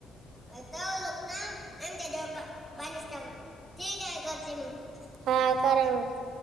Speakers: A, in the centre; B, on the right (about 85°).
A: आ तवा लोक ना आमच्याच्यावळ पा बाणीस टा.. ठीक आहे करती मंग
B: हा करा मग